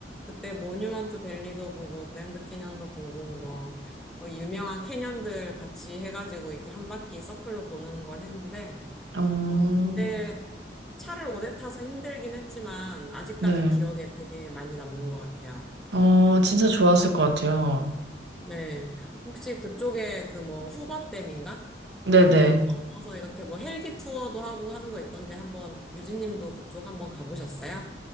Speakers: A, in the centre; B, on the right.
A: 그때 모뉴먼트 밸리도 보고 그랜드 캐년도 보고 음, 뭐 그 유명한 캐년들 같이 해가지고 이렇게 한 바퀴 서클로 도는 걸 했는데
B: 음,
A: 어 그때 차를 오래 타서 힘들긴 했지만 아직까지
B: 네.
A: 기억에 되게 많이 남는 것 같아요.
B: 어, 진짜 좋았을 것 같아요.
A: 네. 혹시 그쪽에 그 뭐 후버댐인가?
B: 네네.
A: 그쪽 넘어서 이렇게 뭐 헬기 투어도 하고 하는 거 있던데 한번 유진님도 그쪽 한번 가보셨어요?